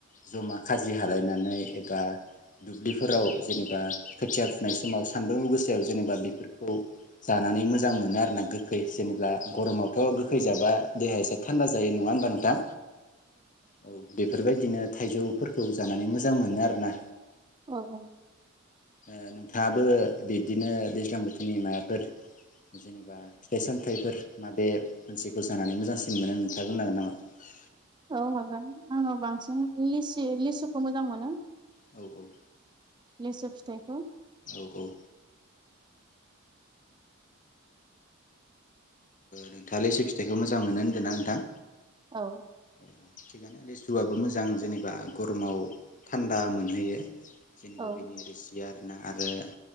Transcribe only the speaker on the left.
जमा खाजि हालायनानै एबा दुब्लिफोराव जेनेबा खोथिया फुनाय समाव सान्दुं गोसायाव जेनेबा बेफोरखौ जानानै मोजां मोनो आरोना गोखै जेनेबा गरमावथ' गोखै जाबा देहाया एसे थान्दा जायो नङा होनबा नोंथां औ बेफोरबायदि बिदिनो थाइजौफोरखौ जानानै मोजां मोनो आरोना
ओ नोंथाङाबो बिदिनो दैज्लां बोथोरनि माबाफोर जेनेबा फिथाइ सामथाइफोर माबे मोनसेखौ जानानै मोजांसिन मोनो नोथाङा बुंनांगोन नामा
औ औ
औ औ नोंथाङा लिसु फिथाइखौ मोजां मोनो होनदों ना नोंथां
औ थिगानो लिसु आबो मोजां जेनेबा गरमाव थान्दा मोनहोयो जेनेबा
बिनि रोसिया ना आरो आरो